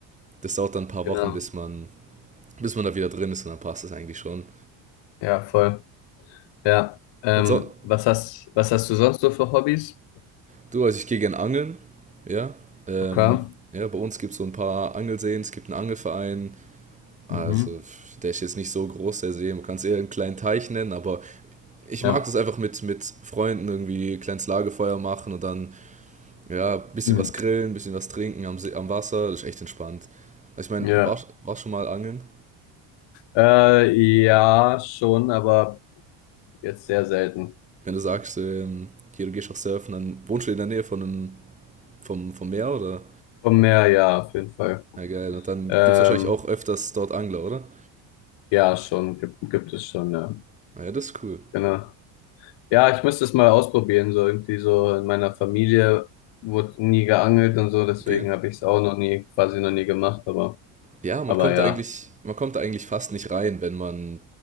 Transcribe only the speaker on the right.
das dauert dann ein paar
Wochen, bis man, bis man da wieder drin ist und dann passt das eigentlich schon.
Und so,
Du, also ich gehe gern angeln, ja. Ähm,
ja, bei uns gibt es so ein paar Angelseen, es gibt einen Angelverein, also
der ist jetzt nicht so groß, der See, man kann es eher einen kleinen Teich nennen, aber ich
mag das einfach mit, mit Freunden irgendwie kleines Lagerfeuer machen und dann, ja, bisschen
was grillen, bisschen was trinken am, See, am Wasser, das ist echt entspannt. Also ich meine,
war, war schon mal angeln?
Wenn du sagst, ähm, hier, du gehst auch surfen, dann wohnst du in der Nähe von einem, vom, vom Meer, oder?
Ja, geil. Und dann
gibt es wahrscheinlich auch öfters dort Angler, oder?
Ah Ja, das ist cool.
Okay.
Ja, man
kommt
da eigentlich, man kommt da eigentlich fast nicht rein, wenn man,